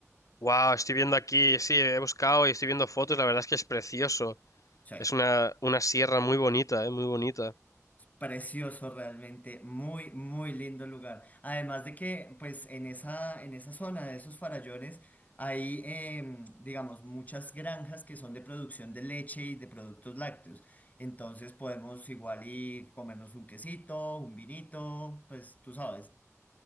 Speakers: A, on the left; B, on the left.
A: Wow, estoy viendo aquí, sí, he buscado y estoy viendo fotos, la verdad es que es precioso.
B: Sí.
A: Es una, una sierra muy bonita, ¿eh? Muy bonita.
B: Precioso realmente, muy, muy lindo lugar. Además de que, pues, en esa, en esa zona de esos farallones hay, em, digamos, muchas granjas que son de producción de leche y de productos lácteos. Entonces podemos igual y comernos un quesito, un vinito, pues, tú sabes.